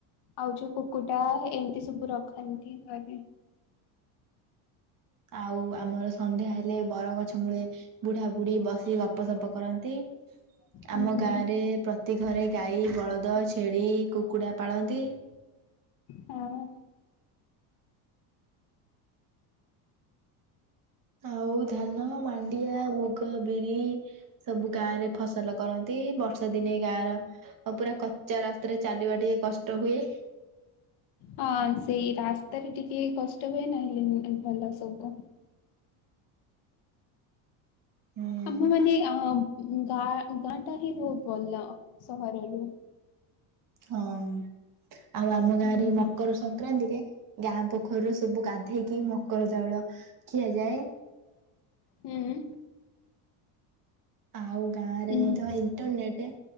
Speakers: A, on the left (about 60°); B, on the right (about 45°).
A: ଆଉ ଯୋଉ କୁକୁଡା ଏମିତି ସବୁ ରଖନ୍ତି ଘରେ।
B: ଆଉ ଆମର ସନ୍ଧ୍ୟା ହେଲେ ବର ଗଛ ମୂଳେ ବୁଢା ବୁଢୀ ବସି ଗପସପ କରନ୍ତି।
A: ହୁଁ
B: ଆମ
A: ହୁଁ
B: ଗାଁ ରେ ପ୍ରତି ଘରେ ଗାଈ ବଳଦ ଛେଳି କୁକୁଡା ପାଳନ୍ତି। <unintelligible>
A: ହଁ।
B: ଆଉ ଧାନ ମାଣ୍ଡିଆ ମୁଗ ବିରି। ସବୁ ଗାଁ ରେ ଫସଲ କରନ୍ତି ବର୍ଷା ଦିନେ ଗାଁର ଆଉ ପୁରା କଚା ରାସ୍ତାରେ ଚାଲିବା ଟିକେ କଷ୍ଟ ହୁଏ।
A: ହଁ ସେଇ ରାସ୍ତାରେ ଟିକେ କଷ୍ଟ ହୁଏ ନହଲେ ଭଲ ସବୁ।
B: ହୁଁ
A: ଆମ ମାନେ ଅ ଗାଁ ଗାଁ ଟାରେ ବହୁତ ଭଲ ସହର ରୁ।
B: ହଁ ଆଉ ଆମ
A: ହୁଁ
B: ଗାଁରେ ମକର ସଂକ୍ରାନ୍ତିରେ ଗାଁ ପୋଖରୀରୁ ସବୁ ଗାଧେଇକି ମକର ଚାଉଳ ଖିଆଯାଏ।
A: ହୁଁ ଉଁ।
B: ଆଉ ଗାଁ
A: ହୁଁ
B: ରେ ମଧ୍ୟ ଇଣ୍ଟରନେଟ୍